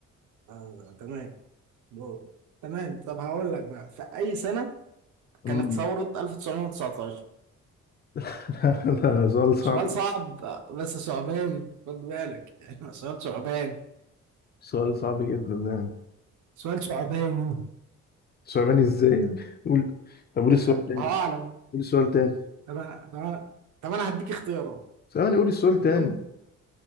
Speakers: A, on the right (about 75°); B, on the left (about 35°).
A: آه تمام دول. تمام طب هقول لك بقى في أي سنة
B: أمم.
A: كانت ثورة 1919
B: <laughs> لا لا، سؤال صعب
A: سؤال
B: جدا
A: صعب بس صعباني خد بالك يعني <laughs> سؤال صعبان
B: سؤال صعب جدا يعني
A: سؤال صعباني
B: سليماني ازاي يعني قول طب قول
A: يا
B: السؤال
A: الله
B: تاني
A: أعلم
B: قول السؤال تاني
A: طب أنا طب أنا طب أنا هديك اختيارات
B: سليماني قول السؤال
A: تمام
B: تاني